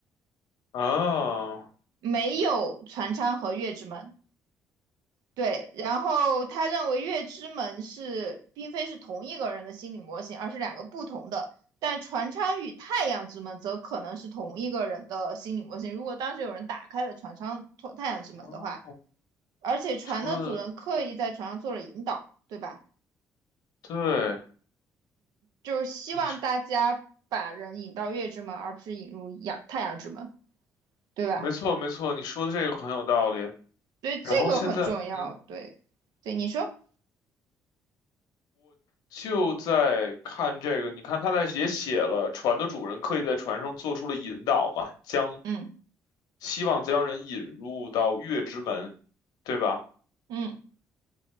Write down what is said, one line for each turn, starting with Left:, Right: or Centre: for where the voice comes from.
Left: 啊。
Right: 没有船舱和月之门。对，然后他认为月之门是并非是同一个人的心理模型，而是两个不同的。但船舱与太阳之门则可能是同一个人的心理模型。如果当时有人打开了船舱太太阳之门的话，
Left: 哦
Right: 而且船的主人刻意在船上做了引导，
Left: 说的
Right: 对吧？
Left: 对，
Right: 就是希望大家把人引到月之门，
Left: 你说
Right: 而不是引入阳太阳之门，对吧？
Left: 没错没错，你说的这个很有道理。
Right: 所以这个很重要。
Left: 然后现在，嗯，
Right: 对，对，你说，
Left: 就在看这个，你看他在也写了，船的主人刻意在船上做出了引导嘛，将
Right: 嗯
Left: 希望将人引入到月之门，对吧？
Right: 嗯。